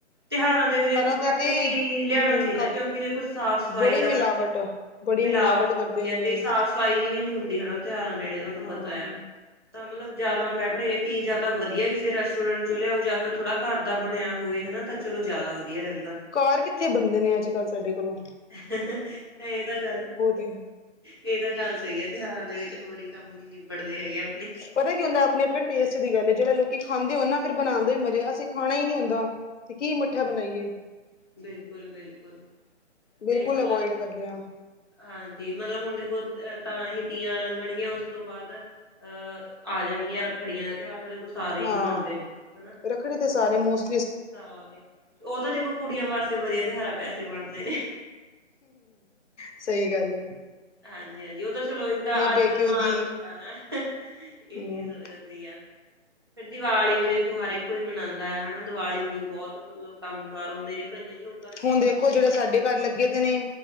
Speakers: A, on the right; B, on the left.
A: ਤਿਉਹਾਰਾਂ ਤੇ ਵੀ ਦੇਖੋਂ
B: ਤੇ
A: ਘੱਟ
B: ਤੇ
A: ਹੀ ਲਿਆਣਾ
B: ਹੂੰ
A: ਚਾਹੀਂਦਾ,
B: ਘੱਟ
A: ਕਿਉਂਕਿ ਦੇਖੋਂ ਸਾਫ਼- ਸਫ਼ਾਈ
B: ਬੜੀ ਮਿਲਾਵਟ
A: ਦਾ ਹਨਾ। ਚਲੋਂ
B: ਬੜੀ
A: ਮਿਲਾਵਟ ਹੁੰਦੀਂ
B: ਕਰਦੇ ਨੇ
A: ਹੈਂ ਤੇ ਸਾਫ਼ -ਸਫ਼ਾਈ ਜਿਅ ਵੀ ਨੀਂ ਹੁੰਦੀ ਹਨਾ ਤਿਉਹਾਰਾਂ ਨੇੜ੍ਹੇ ਤੁਹਾਂਨੂੰ
B: ਹਾਂ
A: ਪਤਾਂ ਆ। ਤਾਂ ਮੱਤਲਬ ਜ਼ਿਆਦਾ ਬੈਟਰ ਆ ਕਿ ਜਾਂ ਤਾਂ ਵਧੀਆਂ ਕਿਸ਼ੇ ਰੈਸਟੋਰੈਂਟ ਚੋਂ ਲਿਆਓ ਜਾਂ ਫ਼ਿਰ ਥੋੜ੍ਹਾਂ ਘਰ ਦਾ ਬਣਿਆਂ ਹੋਵੇਂ ਹਨਾ ਤਾਂ ਚਲੋਂ ਜ਼ਿਆਦਾ ਵਧੀਆਂ ਰਹਿੰਦਾਂ।
B: ਘਾਰ ਕਿੱਥੇ ਬਣਦੇ ਨੇਂ ਅੱਜ਼ ਕੱਲ੍ਹ ਸਾਡੇ ਕੋਲ਼ੋਂ।
A: ਇਹ ਤਾਂ ਗੱਲ਼,
B: ਏ
A: ਇਹ ਤਾਂ ਗੱਲ਼ ਸਹੀ ਹੈਂ ਤਿਉਹਾਰਾਂ ਦੇ ਵਿੱਚ ਹੋਰ ਈ ਕੰਮ ਨੀਂ ਨਿੱਬੜਦੇ ਹੈਗੇ ਆ।
B: ਪਤਾਂ ਕੀ ਹੁੰਦਾਂ ਆਪਣੇਂ- ਆਪਣੇਂ ਟੇਸਟ ਦੀ ਗੱਲ਼ ਹੈਂ ਜਿਵੇਂ ਲੋਕੀਂ ਖਾਂਦੇ ਹੋਣ ਨਾ ਫ਼ਿਰ ਬਣਾਣ ਦਾ ਵੀ ਮਜ਼ਾ ਅਸੀਂ ਖਾਣਾਂ ਹੀ ਨੀਂ ਹੁੰਦਾਂ। ਤੇ ਕੀ ਮਿੱਠਾ ਬਣਾਈਏ।
A: ਬਿਲਕੁਲ-ਬਿਲਕੁਲ-ਬਿਲਕੁਲ ਤੇ
B: ਬਿਲਕੁੱਲ
A: ਮਤਲਬ
B: ਅਵੋਇਡ ਕਰਦੇਂ ਹਾਂ।
A: ਹਾਂਜੀ। ਮੱਤਲਬ ਹੁਣ ਦੇਖੋਂ ਅ ਤਾਂ ਹੀ ਤੀਆਂ ਲੰਘਣਗੀਆਂ ਉਸ ਤੋਂ ਬਾਅਦ ਅਹ ਆ ਜਾਣਗੀਆਂ ਰੱਖੜੀਆਂ ਦਾ ਤਿਉਹਾਰ ਸਾਡੇ ਕੋਲ਼ ਸਾਰੇ ਹੀ
B: ਹਾਂ
A: ਮਨਾਂਦੇ ਨੇਂ ਹਨਾ।
B: ਰੱਖੜੀ ਤੇ ਸਾਰੇ ਮੌਸ
A: ਸਾਰੇ ਉਹ ਤਾਂ ਦੇਖੋਂ ਕੁੜੀਆਂ ਵਾਸਤੇ ਵਧੀਆਂ ਤਿਉਹਾਰ ਆ ਪੈਸੇ ਬਣਦੇ ਨੇਂ।
B: ਸਹੀ ਗੱਲ਼ ਏਂ।
A: ਹਾਂਜੀ- ਹਾਂਜੀ ਉਹ ਤਾਂ ਚਲੋਂ ਇੱਕ ਆਦਰ
B: ਪੇਕਿਓ
A: ਮਾਣ
B: ਦੀ
A: ਹੁੰਦਾਂ ਨਾ। ਇਹ
B: ਹੂੰ,
A: ਚੀਜ਼ ਹੋ ਜਾਂਦੀ। ਫ਼ਿਰ ਦੀਵਾਲ਼ੀ ਵੀ ਦੇਖੋਂ ਹਰ ਇੱਕ ਕੋਈ ਮਨਾਦਾ ਹੈਂ ਹਨਾ ਦੀਵਾਲ਼ੀ ਨੂੰ ਵੀ ਬਹੁਤ ਮੱਤਲਬ ਕੰਮ ਕਾਰ ਹੁੰਦੇ ਨੇਂ ਕਈਆਂ ਲੋਕ
B: ਹੁਣ ਦੇਖੋਂ ਜਿਹੜੇ ਸਾਡੇ ਘਰ ਲੱਗੇਂ ਦੇ ਨੇਂ,